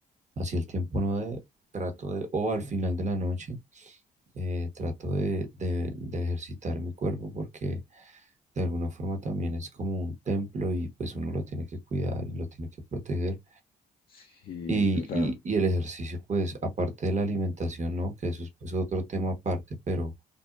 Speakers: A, on the right; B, on the left.
A: así el tiempo no de, trato de, o al final de la noche, eh, trato de, de, de ejercitar mi cuerpo porque de alguna forma también es como un templo y pues uno lo tiene que cuidar y lo tiene que proteger.
B: Sí,
A: Y,
B: es verdad.
A: y, y el ejercicio, pues, aparte de la alimentación, ¿no? Que eso es pues, otro tema aparte, pero